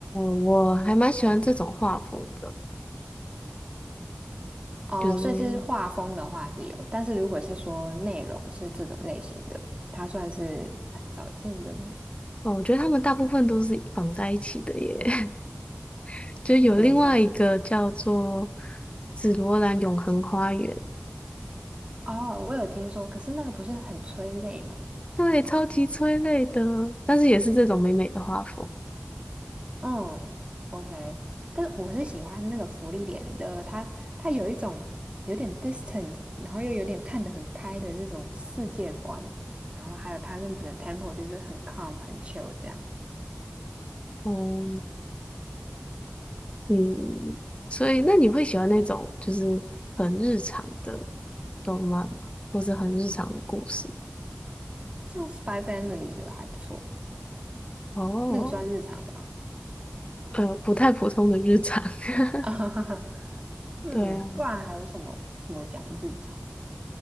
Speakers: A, on the left (about 30°); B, on the right (about 25°).
A: 我还蛮喜欢这种画风的，
B: 哦，
A: 就是
B: 所以是画风的话是有，但是如果是说内容是这种类型的，它算是很少见的吗？
A: 哦，我觉得他们大部分都是绑在一起的耶。<laughs> 就有另外一个叫做
B: 怎么说？
A: 《紫罗兰永恒花园》，
B: 哦，我有听说，可是那个不是很催泪吗？
A: 对，超级催泪的，但是也是这种美美的画风。
B: 嗯，OK，但我是喜欢那个福利脸的，它它有一种有点 distant，然后又有点看得很开的那种世界观，然后还有它那个整个 tempo 就是很 calm 很 chill 这样，
A: 哦，嗯，所以那你会喜欢那种就是很日常的动漫吗？或是很日常的故事？
B: 像 Spy Family 的还不错，
A: 哦，
B: 那个算日常吗？
A: 呃，不太普通的日常。<laughs>
B: <laughs> 嗯，
A: 对啊，
B: 不然还有什么什么讲日常